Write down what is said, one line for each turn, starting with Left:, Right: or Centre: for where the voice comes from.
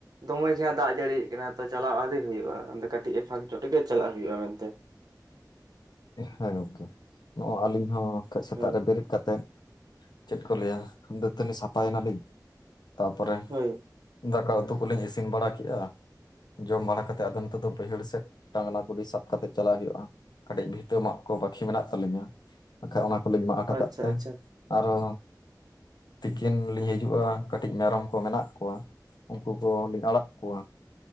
Right: ᱫᱚᱢᱮ ᱡᱟᱦᱟᱸ ᱫᱟᱜ ᱡᱟᱹᱲᱤ ᱠᱟᱱᱟᱭ ᱛᱚ ᱪᱟᱞᱟᱣ ᱟᱣᱨᱤ ᱦᱩᱭᱩᱜᱼᱟ ᱠᱟᱹᱴᱤᱡ ᱮ ᱯᱷᱟᱸᱠ ᱧᱚᱜ ᱞᱮᱜᱮ ᱪᱟᱞᱟᱜ ᱦᱩᱭᱩᱜᱼᱟ ᱢᱮᱱᱛᱮ
Left: ᱦᱮᱸ ᱜᱚᱝᱠᱮ ᱱᱚᱜᱼᱚᱭ ᱟᱹᱞᱤᱧ ᱦᱚᱸ ᱠᱟᱹᱡ ᱥᱮᱛᱟᱜ
Right: ᱦᱳᱭ
Left: ᱨᱮ ᱵᱮᱨᱮᱫ ᱠᱟᱛᱮᱫ ᱪᱮᱫ ᱠᱚ ᱞᱟᱹᱭᱟ ᱫᱟᱹᱛᱟᱹᱱᱤ ᱥᱟᱯᱷᱟᱭ ᱱᱟᱞᱤᱧ ᱛᱟᱯᱚᱨᱮ
Right: ᱦᱳᱭ
Left: ᱫᱟᱠᱟ ᱩᱛᱩ ᱠᱚᱞᱤᱧ ᱤᱥᱤᱱ ᱵᱟᱲᱟ ᱠᱮᱫᱮᱜᱼᱟ ᱡᱚᱢ ᱵᱟᱲᱟ ᱠᱟᱛᱮᱫ ᱟᱫᱚ ᱱᱤᱛᱚᱜ ᱫᱚ ᱵᱟᱹᱭᱦᱟᱹᱲ ᱥᱮᱫ ᱴᱟᱝᱱᱟ ᱜᱩᱰᱤ ᱥᱟᱵ ᱠᱟᱛᱮᱫ ᱪᱟᱞᱟᱜ ᱦᱩᱭᱩᱜᱼᱟ, ᱠᱟᱹᱴᱤᱡ ᱵᱷᱤᱛᱟᱹ ᱢᱟᱜ ᱠᱚ ᱵᱟᱠᱷᱤ ᱢᱮᱱᱟᱜ ᱛᱟᱞᱤᱧᱟ ᱵᱟᱠᱷᱟᱡ ᱚᱱᱟ ᱠᱚᱞᱤᱧ ᱢᱟᱜ ᱦᱚᱴᱚ
Right: ᱟᱪᱪᱷᱟ
Left: ᱠᱟᱜ ᱛᱮ,
Right: ᱟᱪᱪᱷᱟ
Left: ᱟᱨᱚ ᱛᱤᱠᱤᱱ ᱞᱤᱧ ᱦᱤᱡᱩᱜᱼᱟ ᱠᱟᱹᱴᱤᱡ ᱢᱮᱨᱚᱢ ᱠᱚ ᱢᱮᱱᱟᱜ ᱠᱚᱣᱟ, ᱩᱱᱠᱩ ᱠᱚ ᱞᱤᱧ ᱟᱲᱟᱜ ᱠᱚᱣᱟ᱾